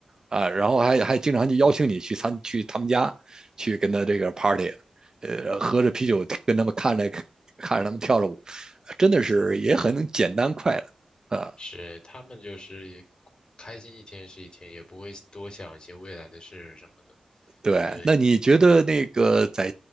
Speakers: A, on the right (about 30°); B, on the left (about 40°).
A: 啊，然后还还经常就邀请你去参去他们家去跟他这个 party，呃，喝着啤酒跟他们看着看着他们跳着舞。真的是也很简单快
B: <laughs>
A: 乐啊。
B: 是他们就是也开心一天是一天，也不会多想一些未来的事什么的。
A: 对，
B: 对，
A: 那你觉得那个在